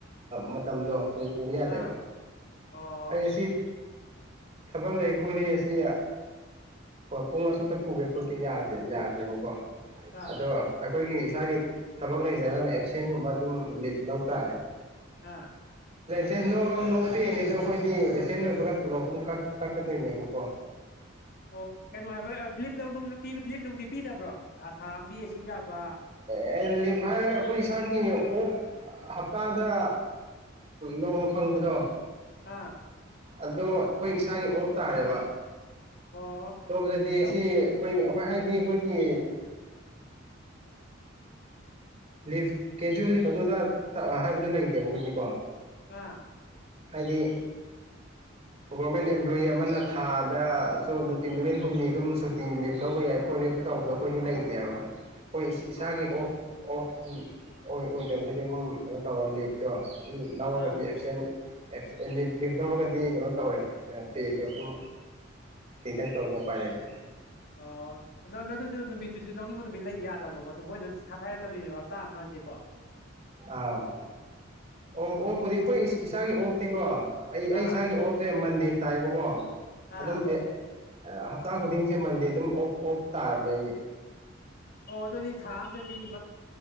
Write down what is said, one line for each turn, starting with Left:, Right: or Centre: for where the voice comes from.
Right: ꯃꯇꯝꯗꯣ ꯄꯨꯕ ꯌꯥꯗꯦꯕ
Left: ꯑꯥ ꯑꯣ
Right: ꯑꯩ ꯑꯁꯤ ꯊꯕꯛ ꯂꯩ ꯈꯣꯠꯂꯤ ꯑꯁꯤ ꯄꯨꯡ ꯑꯁꯨꯛꯇ ꯄꯨꯒꯦ ꯈꯣꯠꯀꯦꯗ ꯀꯕꯕꯕꯥ
Left: ꯑꯥ
Right: <unintelligible> ꯑꯗꯣ ꯑꯩꯈꯣꯏꯒꯤ ꯏꯁꯥꯒꯤ ꯊꯕꯛ ꯂꯩꯖꯔꯒꯅ ꯑꯦꯞꯁꯦꯟꯒꯨꯝꯕ ꯑꯗꯨꯝ ꯂꯤꯐ ꯂꯧꯕ ꯇꯥꯔꯦ
Left: ꯑꯥ
Right: ꯑꯦ ꯅꯣꯋꯕ ꯅꯣ ꯄꯦꯅꯤꯗꯣ ꯑꯩꯈꯣꯏꯗꯤ ꯑꯦꯕꯁꯦꯟ ꯑꯣꯏꯕꯒ ꯇꫭꯂꫭꯐ ꯑꯗꯨꯝ ꯀꯛ ꯀꯛꯀꯗꯣꯏꯅꯦꯕꯀꯣ
Left: ꯑꯣ ꯀꯩꯅꯅꯨꯡ ꯍꯥꯏꯕꯔ ꯑꯗꯂꯤ ꯅ ꯂꯦꯞꯅꯨꯡꯗꯤ ꯄꯤꯗꯕ꯭ꯔꯣ ꯊꯥ ꯑꯃꯒꯤ ꯁꯨꯒꯌꯥꯕ
Right: ꯑꯦ ꯂꯤꯞ ꯍꯥꯏꯔꯒ ꯑꯩꯈꯣꯏ ꯏꯁꯥꯒꯤ ꯑꯣꯞ ꯍꯞꯇꯥꯗ ꯅꯣꯡꯃ ꯐꯪꯕꯗꯣ
Left: ꯑꯥ
Right: ꯑꯗꯣ ꯑꯩꯈꯣꯏ ꯏꯁꯥꯒꯤ ꯑꯣꯠ ꯇꯥꯔꯦꯕ
Left: ꯑꯣ
Right: ꯇꯧꯕꯗꯗꯤ
Left: ꯂꯧꯅꯤ
Right: ꯑꯁꯤ ꯑꯩꯈꯣꯏ ꯍꯣꯏ ꯍꯥꯏꯗꯤ ꯑꯩꯈꯣꯏꯒꯤ ꯂꯤꯐ ꯀꯦꯖꯨꯋꯦꯜ ꯂꯤꯐ ꯑꯗꯨꯗ ꯍꯥꯏꯕꯗꯨ ꯂꯩꯇꯦꯕ ꯍꯧꯖꯤꯣꯏꯗꯤꯀꯣ
Left: ꯑꯥ
Right: ꯍꯥꯏꯗꯤ ꯒꯣꯔꯃꯦꯟ ꯑꯦꯝꯄ꯭ꯂꯣꯌꯤ ꯑꯃꯅ ꯊꯥꯗꯁꯨ ꯅꯨꯄꯤ ꯅꯨꯃꯤꯠ ꯍꯨꯝꯅꯤ ꯑꯗꯨꯝ ꯁꯨꯇꯤ ꯂꯤꯞ ꯂꯧꯕ ꯌꯥꯏ ꯈꯣꯠ ꯂꯤꯞ ꯇꯧꯕꯗꯣ ꯑꯩꯈꯣꯏꯗꯤ ꯂꯩꯇꯦꯕ ꯑꯩꯈ ꯏꯁꯥꯒꯤ
Left: ꯑꯥ
Right: ꯑꯣꯐ ꯑꯣꯐ ꯑꯣꯏ ꯑꯣꯏꯗꯕꯗꯨꯗꯤ ꯑꯗꯨꯝ ꯀꯩꯅꯣ ꯇꯧꯔ ꯂꯤꯐꯇꯣ ꯂꯧꯔꯒꯗꯤ
Left: ꯑꯥ
Right: ꯑꯦꯞꯁꯦꯟ ꯂꯤꯞ ꯂꯤꯞ ꯂꯧꯔꯒꯗꯤ ꯀꯩꯅꯣ ꯇꯧꯔꯦꯕ ꯄꯦꯗꯣ ꯑꯗꯨꯝ ꯇꯪ ꯇꯧꯗꯄꯥꯏꯔꯏꯗꯤ
Left: ꯑꯣ ꯑꯗ ꯑꯗꯨ ꯅꯨꯃꯤꯠꯇꯨꯁꯨ ꯂꯧꯅꯤꯡꯕ ꯅꯨꯃꯤꯠ ꯂꯩ ꯌꯥꯗꯕꯀꯣ ꯑꯗꯨ ꯃꯣꯏꯅ ꯑꯗꯨꯝ ꯍꯥꯐꯥꯏꯔꯛꯇꯣꯏꯅꯦꯕ ꯍꯞꯇꯥ ꯑꯃꯀꯣ
Right: ꯑꯥꯎ ꯑꯣꯐ ꯑꯣꯐꯄꯨꯗꯤ ꯑꯩꯈꯣꯏ ꯏꯁꯥꯒꯤ ꯑꯣꯐꯇꯤꯀꯣ ꯑꯩ ꯑꯩ
Left: ꯑꯥ
Right: ꯏꯁꯥꯒꯤ ꯑꯣꯐꯁꯦ ꯃꯟꯗꯤꯠ ꯇꯥꯏꯔꯤꯕ ꯀꯣ ꯑꯗꯨꯝ
Left: ꯑꯥ
Right: ꯑꯦ ꯍꯞꯇꯥ ꯈꯨꯗꯤꯡꯁꯦ ꯃꯟꯗꯦ ꯑꯗꯨꯝ ꯑꯣꯐ ꯑꯣꯐ ꯇꯥꯔꯕꯅꯦ ꯑꯩꯒꯤ
Left: ꯑꯣꯗꯣꯗꯤ ꯊꯝꯗꯦꯇ